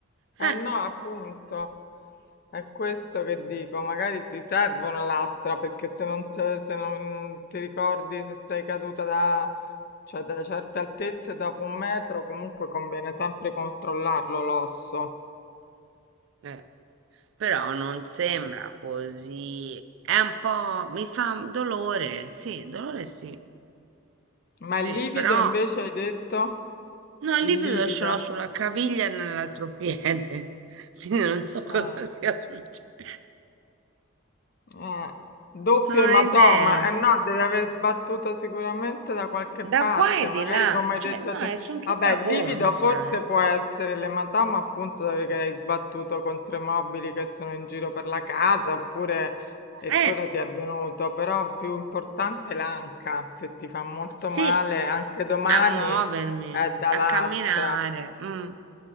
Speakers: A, on the right (about 60°); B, on the left (about 45°).
A: Eh,
B: Eh no, appunto, è questo che dico, magari ti serve una lastra perché se non, se, se non ti ricordi se sei caduta da, cioè, da certe altezze dopo un metro, comunque conviene sempre controllarlo l'osso.
A: eh, però non sembra così. È un po', mi fa dolore, sì, dolore sì,
B: Ma
A: sì,
B: il livido
A: però
B: invece hai detto?
A: no, il
B: Il
A: livido
B: livido.
A: ce l'ho sulla caviglia e nell'altro piede, <laughs> quindi non so cosa
B: Mm.
A: sia successo,
B: Eh, doppio
A: non
B: ematoma,
A: ho idea.
B: eh no, deve aver sbattuto sicuramente da qualche parte,
A: Da qua e
B: magari
A: di là,
B: come hai
A: cioè
B: detto
A: no,
B: te.
A: eh, sono tutta
B: Vabbè, il
A: gonfia.
B: livido forse può essere l'ematoma appunto perché hai sbattuto contro i mobili che sono in giro per la casa, oppure e
A: Eh,
B: quello
A: Eh,
B: ti è avvenuto, però più importante è l'anca, se ti fa molto
A: sì,
B: male, anche domani
A: a muovermi,
B: è da
A: a
B: lastra,
A: camminare. mm.